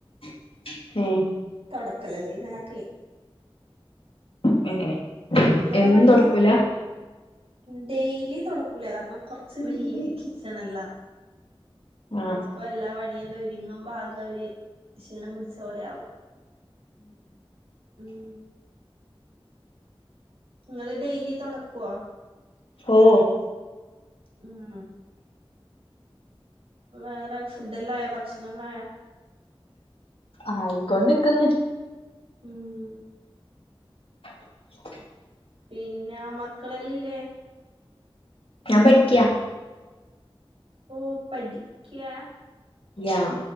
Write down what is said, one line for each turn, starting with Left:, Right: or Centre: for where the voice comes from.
Left: ഏ
Right: തുടക്കലല്ലേ നിനക്കേ
Left: ഹ് ഹെ
Right: നിങ്ങളെ
Left: എന്നുംത്തൊടുക്കൂല
Right: പണിയോ ഡെയിലി തൊടക്കൂല കാരണം കൊറച്ച് ഹ് ഹ വല്യകിച്ചണല്ലാം
Left: ആഹ്
Right: അപ്പൊ എല്ലാ പണിഎല്ലാം ഒരുങ്ങുംമ്പോ ആകരു ക്ഷീണം പിടിച്ച പോലെയാവും ഉം ങ്ങള് ഡെയിലി തുടക്കോ
Left: ഓഹ്
Right: മ്മ് വേറെ ഫുഡ്ഡല്ലായോ ഭക്ഷണംല്ലായ
Left: ആയിക്കൊണ്ടിക്ക്‌ന്ന്
Right: ഉം
Left: <inaudible>
Right: പിന്നേ മക്കളെല്ലല്ലേ
Left: ഞാൻ പഠിക്കിയ
Right: ഓ പഠിക്കിയാ
Left: യാ